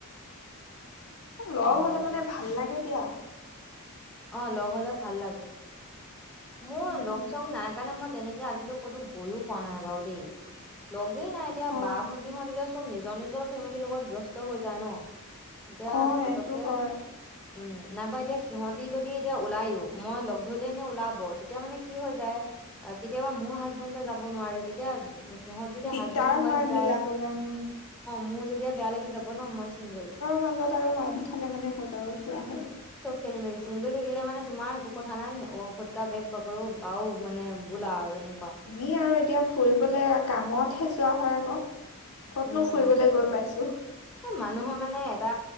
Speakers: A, on the left; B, in the centre.
A: লগ
B: হ'ব
A: হ'লে মানে ভাল লাগে দিয়া
B: অঁ, লগ হ'লে ভাল লাগে। মোৰ
A: উম
B: লগচগ নাই কাৰণে, মই তেনেকৈ আজিলৈকে ক'তো গৈও নাই বাৰু দেই লগ এই নাই এতিয়া
A: অ
B: ভাই-ভণ্টীহঁত এতিয়া সকলো নিজৰ নিজৰ ফেমিলিৰ লগত ব্যস্ত হৈ যায় ন। এতিয়া
A: অ' সেইটো
B: পতকে
A: হয়
B: উম, নাইবা এতিয়া সিহঁতে যদি ওলায়ো, মই লগ ধৰিলে নে ওলাব? তেতিয়া, মানে কি হৈ যায় কেতিয়াবা মোৰ হাজবেণ্ড যাব নোৱাৰে, তেতিয়া সিহঁত যেতিয়া
A: দিগদাৰ
B: হাজবেণ্ড-ৱাইফ
A: হয়
B: একেলগে যায়,
A: মিলাবলৈ উম
B: মোৰ তেতিয়া অলপ বেয়া লাগে, মই যে চিংগল।
A: মাজতে আৰু বাধা আহিলে, মানে ক'তো আৰু ফুৰা হয়।
B: খেলি-মেলি, চিংগল থাকিলে মানে তোমাৰ একো চিন্তা নাই ন বেগ পকৰো আৰু মানে বলা আৰু এনেকুৱা
A: আমি আৰু এতিয়া ফুৰিবলে কামতহে যোৱা হয় আকৌ। ক'তনো
B: উম,
A: ফুৰিবলৈ
B: সেইটো
A: গৈ পাইছো
B: সেই মানুহৰ মানে, এটা